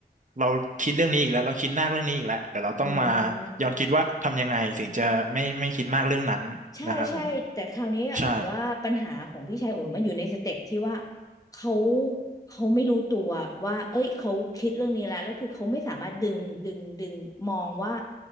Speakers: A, on the right; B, on the left.
A: เราคิดเรื่องนี้อีกแล้วเราคิดมากเรื่องนี้อีกแล้วเดี๋ยวเราต้องมา
B: อืม
A: ย้อนคิดว่าทำยังไงถึงจะไม่ไม่คิดมากเรื่องนั้นนะครับผม
B: ใช่ใช่แต่คราวนี้อะอุ่นว่าปัญหาของพี่ชายอุ่นมันอยู่ในสเต็ปที่ว่า
A: ใช่
B: เขาเขาไม่รู้ตัวว่าเอ้ยเขาคิดเรื่องนี้แล้วแล้วคือเขาไม่สามารถดึงดึงดึงมองว่า